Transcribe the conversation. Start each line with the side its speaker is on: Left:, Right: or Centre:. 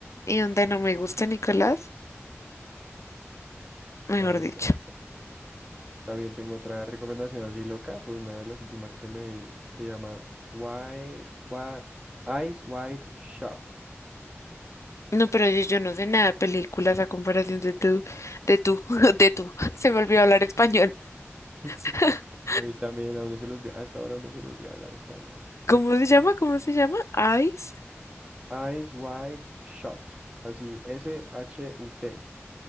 Left: y donde no me gusta Nicolás, mejor
Right: Te va a gustar,
Left: dicho.
Right: te va a gustar. También tengo otra recomendación así loca. Fue una de las últimas que me vi. Se llama Why, Why- Eyes Wide Shut.
Left: No, pero yo, yo no sé nada de películas a comparación de tú, de tú, <laughs> de tú. Se me olvidó hablar español.
Right: <laughs>
Left: <laughs>
Right: A mí también, a uno se le olvida, hasta ahora a uno se le olvida hablar español.
Left: ¿Cómo se llama? ¿Cómo se llama? Ice.
Right: Eyes wide shut. Así, S-H-U-T.